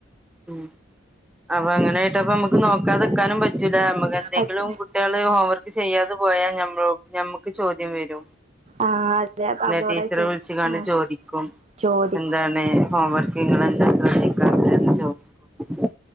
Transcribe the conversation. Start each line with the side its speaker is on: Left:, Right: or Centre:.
Centre: ഉം അപ്പൊ അങ്ങനൊയിട്ട്പ്പ നമ്മക്ക് നോക്കാതെക്കാനും പറ്റൂല നമ്മക്ക് എന്തെങ്കിലും
Right: പറ്റൂല
Centre: കുട്ടികള് ഹോംവർക്ക് ത് ചെയ്യാതെ പോയാ ഞമ്മൾ ഞമ്മക്ക് ചോദ്യം വെരും
Right: ആഹ് അതെ <unintelligible>
Centre: ടീച്ചറെ വിളിച്ച്ങ്ങാണ്ട്
Right: ആഹ്
Centre: ചോദിക്കും
Right: ചോദിക്കും
Centre: എന്താണ് ഹോം വർക്ക് ഇങ്ങളെന്താ ശ്രദ്ധിക്കാത്തെന്ന് ചോദിക്കും